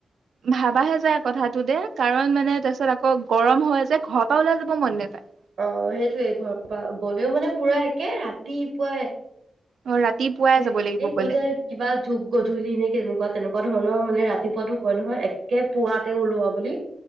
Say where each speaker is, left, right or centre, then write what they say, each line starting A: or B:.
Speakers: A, on the right; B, on the right.
A: ভাবাহে যায় কথাটো দে কাৰণ মানে তাৰপিছত আকৌ গৰম হৈ যে ঘৰৰ পৰা ওলাই যাব মন নেযায়
B: অ সেইটোয়ে ঘৰৰ পৰা গলেও মানে পুৰা একে ৰাতিপুৱাই
A: অ ৰাতিপুৱাই
B: এ
A: যাব লাগিব
B: এই কৈ
A: গ'লে
B: যে কিবা ধূপ গধলি নে কেনেকুৱা তেনেকুৱা ধৰণৰ মানে ৰাতিপুৱাতো কয় নহয় একে পুৱাতে ওলোৱা বুলি